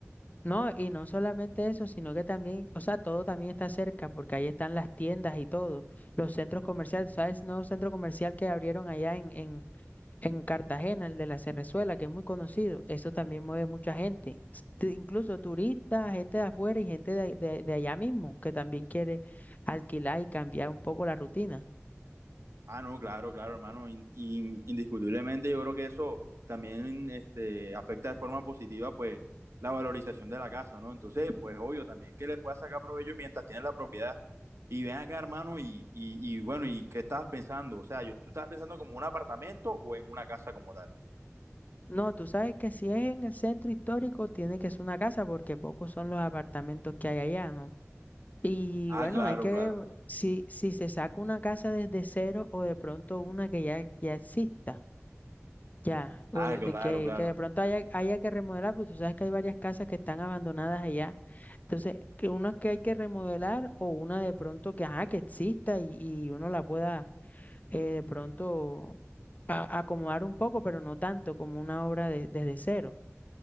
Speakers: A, on the left; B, on the right.
A: No, y no solamente eso, sino que también, o sea, todo también está cerca, porque ahí están las tiendas y todo, los centros comerciales, ¿sabes? Nuevo centro comercial que abrieron allá en, en, en Cartagena, el de la Cerrezuela, que es muy conocido, eso también mueve mucha gente, s- t- incluso turistas, gente de afuera y gente de, de, de allá mismo, que también quiere alquilar y cambiar un poco la rutina.
B: Ah, no, claro, claro, hermano. in- in- indiscutiblemente yo creo que eso también este, afecta de forma positiva, pues, la valorización de la casa, ¿no? Entonces, pues, obvio, también que le puedas sacar provecho mientras tienes la propiedad. Y ven acá, hermano, y, y, y bueno, ¿y qué estabas pensando? O sea, yo- ¿tú estabas pensando como un apartamento o en una casa como tal?
A: No, tú sabes que si es en el centro histórico, tiene que ser una casa, porque pocos son los apartamentos que hay allá, ¿no? Y
B: Ah,
A: bueno,
B: Sí, claro,
A: hay que
B: claro.
A: ver si, si se saca una casa desde cero o de pronto una que ya, ya exista, ya, o
B: Ah,
A: de,
B: claro,
A: de que,
B: claro.
A: que de pronto haya, haya que remodelar, pues tú sabes que hay varias casas que están abandonadas allá. Entonces, que una que hay que remodelar o una de pronto que, ajá, que exista y, y uno la pueda eh, de pronto a- acomodar un poco, pero no tanto como una obra de- desde cero.